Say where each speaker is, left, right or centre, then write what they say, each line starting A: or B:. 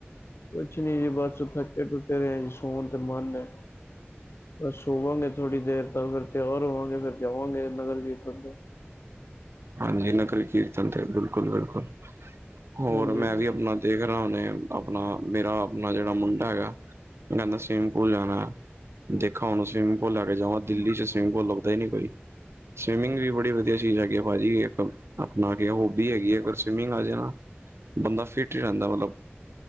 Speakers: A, on the left (about 75°); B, on the right (about 75°).
A: ਕੁਛ ਨੀ ਜੀ ਬਸ ਥੱਕੇ ਟੁੱਟੇ ਜੇ ਆਂ ਜੀ ਸੋਣ ਤੇ ਮਨ ਐ - ਬਸ ਸੋਵਾਂਗੇ ਥੋੜ੍ਹੀ ਦੇਰ ਤ ਫਿਰ ਤਿਆਰ ਹੋਵਾਂਗੇ ਫਿਰ ਜਾਵਾਂਗੇ ਨਗਰ ਕੀਰਤਨ ਤੇ।
B: ਹਾਂਜੀ ਨਗਰੀ ਕੀਰਤਨ ਤੇ ਬਿਲਕੁਲ ਬਿਲਕੁਲ ਹੋਰ
A: ਹਾਂਜੀ
B: ਮੈਂ ਵੀ ਆਪਣਾ ਦੇਖ ਰਹਾ ਉਹਨੇ ਆਪਣਾ ਮੇਰਾ ਆਪਣਾ ਜਿਹੜਾ ਮੁੰਡਾ ਹੈਗਾ ਕਹਿੰਦਾ ਸਵੀਮਿੰਗ ਪੂਲ ਜਾਣਾ। ਦੇਖਾ ਹੁਣ ਸਵਿਮਿੰਗ ਪੂਲ ਲੈ ਕੇ ਜਾਵਾਂ ਦਿੱਲੀ ਚ ਸਵਿਮਿੱਗ ਪੂਲ ਲੱਭਦਾ ਨੀ ਕੋਈ। ਸਵਿਮਿੰਗ ਵੀ ਬੜੀ ਵਧੀਆ ਚੀਜ਼ ਹੈਗੀ ਐ ਭਾਜੀ ਇੱਕ ਆਪਣਾ ਹੋਬੀ ਹੈਗੀ ਹੈ ਅਗਰ ਸਵਿਮਿੰਗ ਆ ਜਾਯੇ ਨਾ। ਬੰਦਾ ਫਿੱਟ ਹੀ ਰਹਿੰਦਾ ਮਤਲਬ